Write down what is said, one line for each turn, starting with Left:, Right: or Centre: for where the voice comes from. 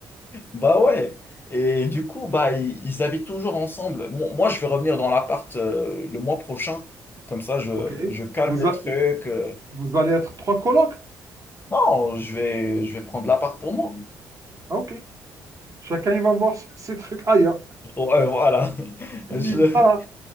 Left: Bah ouais. Et du coup, bah, ils, ils habitent toujours ensemble. Moi, moi, je vais revenir dans l'appart euh, le mois prochain. Comme ça, je,
Right: Ok.
Left: je calme
Right: Vous,
Left: les
Right: a-
Left: trucs. euh,
Right: Vous allez être trois colocs?
Left: Non, je vais, je vais prendre l'appart pour moi.
Right: Ah, ok. Chacun, il va voir ses trucs ailleurs.
Left: Ouais, voilà. <laughs>
Right: <laughs>
Left: Je-
Right: Voilà.